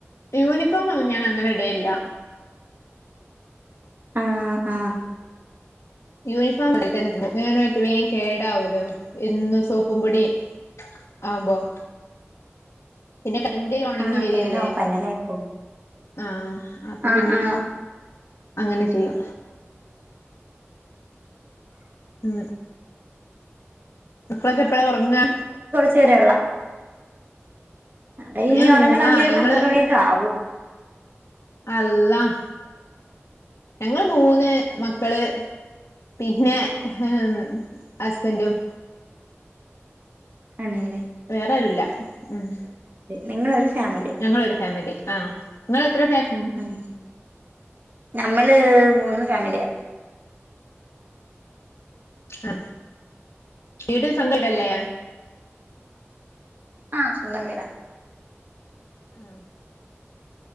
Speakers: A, on the left; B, on the right.
A: യൂണിഫോം ഒന്നും ഞാൻ അങ്ങനെ ഇടേല്ല.
B: ആഹ് ആഹ്
A: യൂണിഫോം അതിൽ തന്നെ ഇടും. ഇങ്ങനെ ങ്ങനാക്കി വേം കേടാവല്ലോ എന്നും സോപ്പും പൊടിം ആവുമ്പം പിന്നെ കരണ്ടില് ഉണങ്ങി
B: ആ
A: വരല്ലേ.
B: കേടാവും പന്നലായി പോവും
A: ആഹ് അപ്പൊ
B: ആ
A: പിന്നെ
B: ആ
A: അങ്ങനെ ചെയ്യും. ഉം മക്കളൊക്കെ എപ്പഴാ ഒറങ്ങാ?
B: ശരിയുള്ളാ അവിടെ ഇനി
A: ഞങ്ങൾ
B: ഒറങ്ങണമെങ്കി
A: മൂ ആഹ്
B: ഒരു
A: ഞങ്ങള്
B: പന്ത്രണ്ട് മണിയൊക്കെ ആവും.
A: അള്ളഹ് ഞങ്ങള് മൂന്ന് മക്കള് പിന്നെ ഹേ ഹസ്ബന്റും.
B: ആണ് ല്ലേ.
A: വേറെ ആരൂല്ല. ഉം
B: നിങ്ങളൊരു ഫാമിലി
A: ഞങ്ങളൊരു ഫാമിലി ആഹ് ഇങ്ങള് എത്ര
B: ഉം. ഞമ്മള് മൂന്ന് ഫാമിലിയാ
A: ആഹ് ഇടെ സ്വന്തം ഈടല്ലേ
B: ആഹ് സ്വന്തം വീടാ.
A: ആഹ്